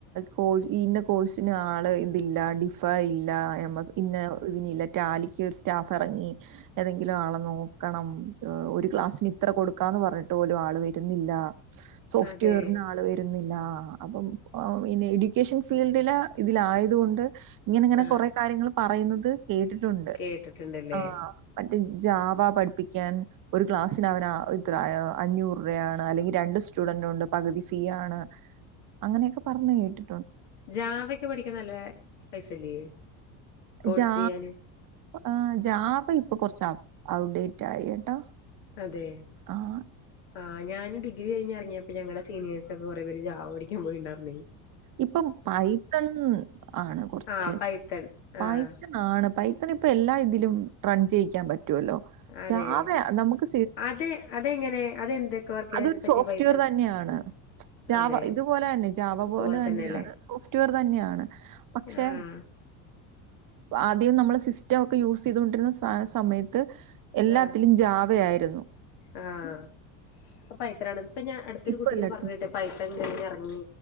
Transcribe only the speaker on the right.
കോഴ് ഇന്ന കോഴ്സിന് ആള് ഇതില്ല ഡിഫ ഇല് ല്ല എം എസ് ഇന്ന ഇതിനില്ല റ്റാലി യ്ക്കൊരു സ്റ്റാഫ് എറങ്ങി ഏതെങ്കിലും ആളെ നോക്കണം ഏഹ് ഒരു ക്ലാസ്സിന് ഇത്ര കൊടുക്കാന്ന് പറഞ്ഞിട്ട് പോലും ആള് വരുന്നില്ല സോഫ്റ്റ്
വെയറിന് ആള് വരുന്നില്ല ഇല്ലാ അപ്പം പൊ പിന്നെ എഡ്യൂക്കേഷൻ ഫീൽഡില് ഇതിലായതുകൊണ്ട് ഇങ്ങനിങ്ങനെ
കൊറെ കാര്യങ്ങളും പറയുന്നത് കേട്ടിട്ടുണ്ട്
ആഹ് പൻ ജാവ പഠിപ്പിക്കാൻ ഒരു ക്ലാസിന് അവന ഇത്ര അഞ്ഞൂറ്യാണ് അല്ലെങ്കി രണ്ട് സ്റ്റുഡന്റ് ഉണ്ട് പകുതി ഫീ ആണ് അങ്ങനെയൊക്കെ പറഞ്ഞ് കേട്ട്
ജാ
ആ ജാവ ഇപ്പൊ കൊർച്ച് ഔഡേറ്റ് ആയി കേട്ടോ
ആഹ്
ഇപ്പം പൈത്തൺ ആണ് കൊർച്ച്
പൈത്തൺ ആണ് പൈ െ ഇപ്പൊ എല്ലാ ഇതിലും റൺ ചെയ്യിക്കാൻ പറ്റുമല്ലോ
ജാഅത് നമുക്ക്
അതൊരു
സോഫ്റ്റ്വെയർ
തന്നെയാണ് ജാവ
ഇതുപോലെ തന്നെ ജാവ-
ഇതുപോലെ തന്നെയാണ്
സോഫ്റ്റ്‌വെയർ തന്നെയാണ് പക്ഷേ
ആദ്യം നമ്മൾ സിസ്റ്റം ഒക്കെ യൂസ് ചെയ്തുകൊണ്ടിരുന്ന സ സമയത്ത് എല്ലാത്തിലും
ജാവയായി രുന്നു-
ഇപ്പൊ
എല്ലായിടത്തും